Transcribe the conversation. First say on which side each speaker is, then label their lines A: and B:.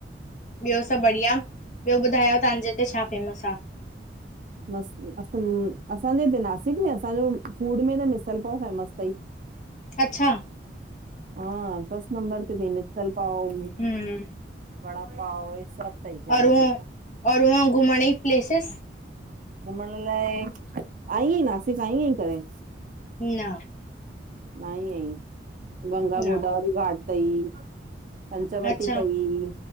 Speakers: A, on the left (about 45°); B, on the right (about 45°).
A: ॿियो सभु बढ़िया। ॿियो ॿुधायो तव्हांजे हिते छा फेमस आहे?
B: मस्त। असांजे हिते नासिक में, असांजो फूड में त मिसल पाव फेमस अथई। <inaudible>
A: अच्छा।
B: हा फर्स्ट नंबर ते अथई मिसल पाओ,
A: हम्म
B: वड़ा पाओ हे सभु। तई फेमस
A: और उहो-और
B: हितां।
A: उहो घुमण जी प्लेसस?
B: घुमण लाइ, आईं आहीं नासिक आईं आहीं कडिहिं?
A: न।
B: न आई आहीं, गंगा-गोदावरी
A: न
B: घाट तई। पंचवटी
A: अच्छा
B: तई,